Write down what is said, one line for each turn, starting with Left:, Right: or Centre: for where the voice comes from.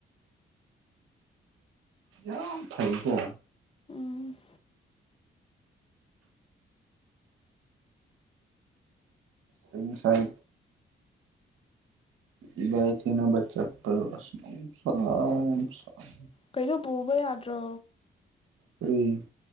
Right: ꯌꯥꯝ ꯌꯥꯝ ꯐꯩꯀꯣ
Left: ꯎꯝ
Right: ꯁ ꯁꯥꯏ ꯏꯕꯥꯅꯤ ꯊꯦꯡꯅꯕ ꯆꯠꯄ ꯑꯁ ꯅꯨꯡꯁꯤ ꯌꯥꯝ ꯁꯥꯏ
Left: ꯀꯩꯅꯣ ꯄꯨꯕ ꯌꯥꯗ꯭ꯔꯣ
Right: ꯎꯝ